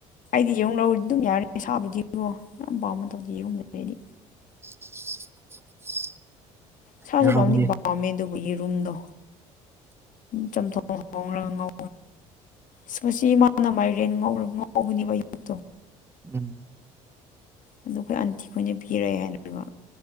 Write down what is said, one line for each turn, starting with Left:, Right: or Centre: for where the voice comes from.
Left: ꯑꯩꯗꯤ ꯌꯦꯔꯧ ꯂꯧꯔꯗꯤ ꯑꯗꯨꯝ ꯌꯥꯔ ꯁꯥꯕꯨꯗꯤꯀꯣ ꯌꯥꯝ ꯄꯥꯝꯕ ꯇꯧꯗꯦ ꯌꯦꯔꯨꯝꯗꯦ ꯑꯩꯗꯤ
Right: <unintelligible>
Left: ꯁꯥꯁꯨ
Right: ꯌꯦꯔꯨꯝꯗꯤ
Left: ꯄꯥꯝꯗꯤ ꯄꯥꯝꯃꯦ ꯑꯗꯨꯕꯨꯒꯤ ꯔꯨꯝꯗꯣ ꯆ ꯆꯉꯂ ꯁꯃꯁꯤ ꯏꯃꯥꯅ ꯃꯥꯏꯔꯦꯟ ꯉꯒꯅꯤꯕ ꯑꯌꯨꯛꯇꯣ
Right: ꯎꯝ
Left: ꯑꯣ ꯑꯩꯈꯣꯏ ꯑꯟꯇꯤꯈꯣꯏꯅ ꯄꯤꯔꯛꯑꯦ ꯍꯥꯏꯕ